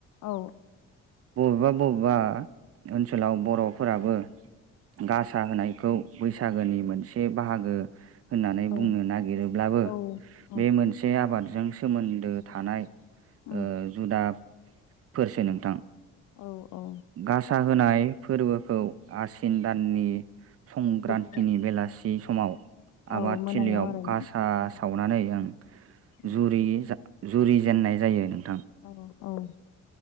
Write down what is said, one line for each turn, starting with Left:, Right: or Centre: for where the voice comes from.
Left: औ
Right: बबेबा बबेबा ओनसोलाव बर'फोराबो गासा होनायखौ बैसागोनि मोनसे बाहागो होननानै
Left: औ
Right: बुंनो नागिरोब्लाबो
Left: औ औ
Right: बे मोनसे आबादजों सोमोन्दो थानाय
Left: उम
Right: ओ जुदाफोरसो नोंथां
Left: औ औ
Right: गासा होनाय फोरबोखौ आसिन दाननि संक्रान्तिनि
Left: जोबथा
Right: बेलासि समाव आबाद
Left: औ मोनायाव
Right: थिलियाव
Left: आरोना
Right: गासा
Left: उम
Right: सावनानै ओं
Left: उम
Right: जुरि जुरि जेननाय जायो नों
Left: औ औ